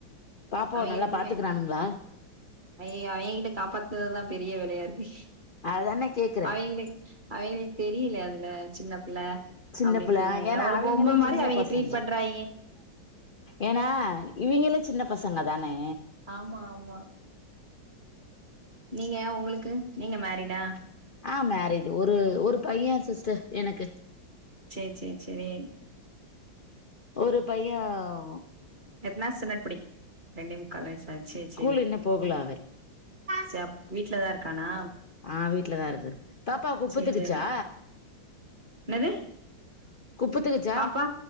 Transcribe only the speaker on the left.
பாப்பாவ
நல்லா பாத்துக்கறானுங்களா
அதானே கேக்குறே
சின்ன
பிள்ள
ஏன்னா
அவிங்களே
சின்ன
பசங்க
ஏன்னா இவெங்களு சின்ன பசங்க தானே.
ஆ மேரிடு ஒரு ஒரு பைய சிஸ்டர் எனக்கு.
ஒரு பையவ்
ஸ்கூல்
இன்னு போகல அவ
ஆ வீட்லதா இருக்கு பாப்பா குப்பத்துக்குச்சா
குப்புத்து வச்ச